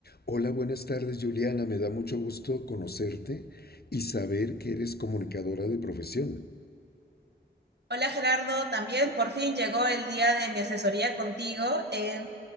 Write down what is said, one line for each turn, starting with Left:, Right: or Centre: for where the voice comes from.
Left: Hola, buenas tardes Juliana, me da mucho gusto conocerte y saber que eres comunicadora de profesión.
Right: Hola Gerardo, también por fin llegó el día de mi asesoría contigo. Eh,